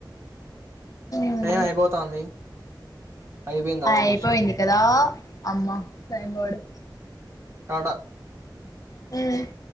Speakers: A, on the left; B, on the right.
A: ఉమ్
B: టైమ్ అయిపోతాంది. అయిపోయింది ఆల్మోస్ట్
A: అయిపోయింది కదా. అమ్మ సైన్ బోర్డు
B: కాడ
A: హ్మ్